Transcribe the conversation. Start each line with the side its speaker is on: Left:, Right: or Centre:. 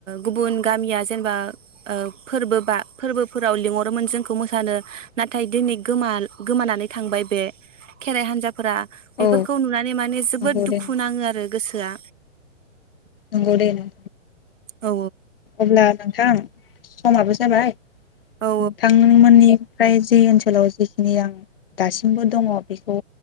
Right: गुबुन गामिया, जेनबा ओ फोरबो बा फोरबो फोराव लिंहरोमोन जोंखौ मोसानो नाथाय दिनै गोमाल गोमानानै थांबाय बे खेराइ हान्जा फोरा बेफोरखौ
Left: औ
Right: नुनानै माने जोबोद
Left: नंगौ
Right: दुखु
Left: दे
Right: नाङो आरो गोसोआ
Left: नंगौ दे नों
Right: औ
Left: अब्ला नोंथां समाबो जाबाय नोंथांनोंमोननि
Right: औ
Left: फ्राय जि ओनसोलाव जिखिनि आं दासिमबो दङ बेखौ